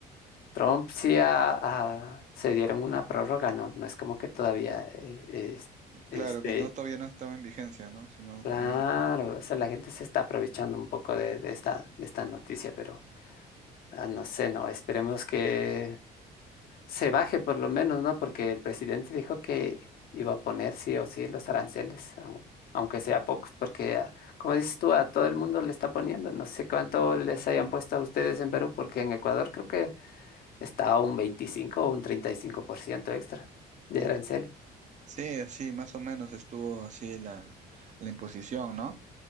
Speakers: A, on the left; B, on the right.
A: Trump sí ha- ha- se dieron una prórroga, ¿no? No es como que todavía, eh, es- este,
B: Claro que no, todavía no estaba en vigencia, ¿no? Sino,
A: claro,
B: ah,
A: o sea, la gente se está aprovechando un poco de, de esta, de esta noticia, pero ah, no sé, ¿no? Esperemos que se baje por lo menos, ¿no? Porque el presidente dijo que iba a poner sí o sí los aranceles, au- aunque sea pocos, porque ah, como dices tú, a todo el mundo le está poniendo, no sé cuánto les hayan puesto a ustedes en Perú, porque en Ecuador creo que está a un 25 o un 35% extra de arancel.
B: sí, sí, más o menos estuvo así la, la imposición, ¿no?